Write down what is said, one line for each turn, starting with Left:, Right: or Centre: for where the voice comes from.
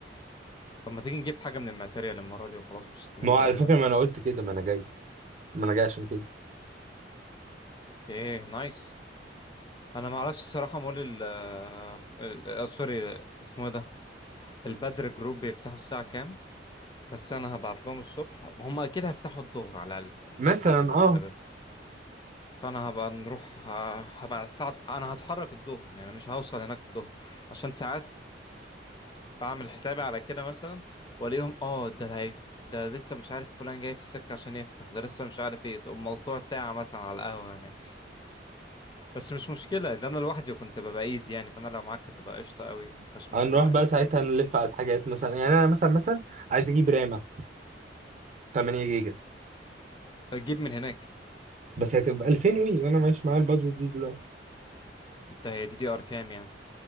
Left: طب ما تيجي نجيب حاجة من الماتيريال المرة دي وخلاص ب 600
Right: ما هو
Left: جنيه
Right: على فكرة
Left: ده
Right: ما انا قلت كده ما انا جاي ما انا جاي عشان كده
Left: اوكي نايس انا ما اعرفش الصراحة مول ال ال- آه، سوري اسمه إيه ده البدر جروب بيفتحوا الساعة كام بس انا هبعت لهم الصبح هم اكيد هيفتحوا الظهر على الاقل يعني
Right: مثلا
Left: ما دي ب-
Right: اه
Left: ده ب- فانا هبقى نروح ه- هبقى الساعة انا هتحرك الظهر يعني مش هوصل هناك الظهر عشان ساعات بعمل حسابي على كده مثلا والاقيهم اه ده اللي هيف... ده لسه مش عارف فلان جاي في السكه عشان يفتح ده لسه مش عارف ايه تقوم ملطوع ساعه مثلا على القهوه هناك بس مش مشكله ان انا لوحدي وكنت ببقى ايزي يعني فانا لو معاك هتبقى قشطه قوي ما فيهاش مشكله
Right: هنروح بقى
Left: يعني
Right: ساعتها
Left: خالص
Right: نلف على الحاجات مثلا يعني انا مثلا مثلا عايز اجيب رامة 8 جيجا
Left: فتجيب من هناك
Right: بس هتبقى 2000 وي وانا مش معايا البادجت دي دلوقتي
Left: انت هي دي دي ار كام يعني